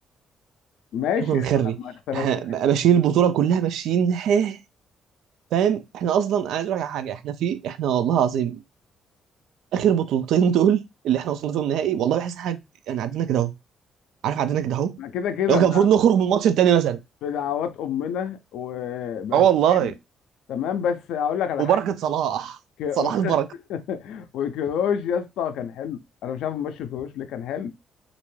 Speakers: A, on the left (about 80°); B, on the right (about 80°).
A: ماشي
B: احنا كنا بنخري
A: ما ما اختلف
B: احنا ماشيين البطوله كلها ماشيين هه فاهم احنا اصلا انا عايز اقول لك على حاجه احنا في احنا والله العظيم اخر بطولتين دول اللي احنا وصلنا فيهم نهائي والله بحس إن حاجه يعني عدينا كده اهو عارف عدينا كده اهو
A: ما كده كده
B: لو كان المفروض نخرج من الماتش التاني مثلا
A: بدعوات امنا وبس
B: اه والله
A: تمام بس هقول لك على
B: وبركه صلاح
A: ك... <laughs>
B: صلاح البركه
A: وكروش يا اسطى كان حلو انا مش عارف ماشي كروش ليه كان حلو